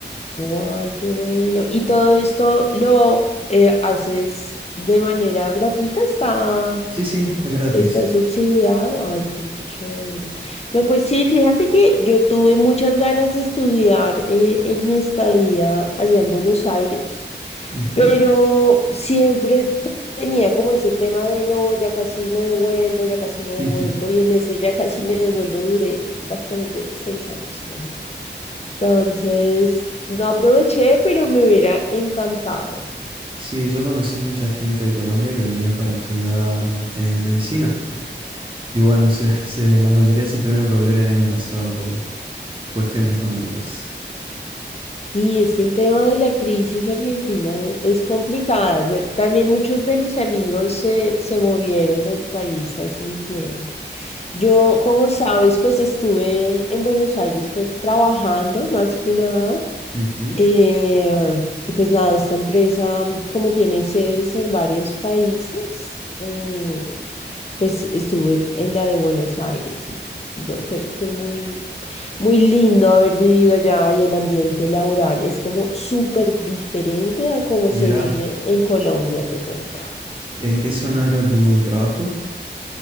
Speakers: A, on the left; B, on the right.
A: ¡Ay, qué bueno! ¿Y todo esto lo eh, haces de manera gratuita? ¿Está
B: Sí, sí, es gratis.
A: Está subsidiado. Ay, qué chévere. No, pues sí, fíjate que yo tuve muchas ganas de estudiar eh, en mi estadía allá en Buenos Aires,
B: Ujú.
A: pero siempre te- tenía como ese tema de no, ya casi me devuelvo, ya casi me
B: <laughs>
A: devuelvo, y en ese ya casi me devuelvo duré básicamente seis años, imagínate. Entonces, no aproveché, pero me hubiera encantado.
B: Sí, yo conocí mucha gente de Colombia que venía para estudiar eh, medicina. Y bueno, <laughs> se- se- la mayoría se tuvieron que volver el año pasado por cuestiones económicas.
A: Sí, es que el tema de la crisis argentina es complicada. Yo también muchos de mis amigos se, se movieron del país hace un tiempo. Yo, como sabes, pues estuve en Buenos Aires, fue trabajando más que nada.
B: Ujú.
A: Eh, y pues nada, esta empresa, como tiene sedes en varios países, eh, pues estuve en la de Buenos Aires y, y no, fue, fue muy, muy lindo haber vivido allá y el ambiente laboral es como súper diferente a cómo
B: Mira,
A: se vive en Colombia, te cuento.
B: ¿En qué zona era tu trabajo?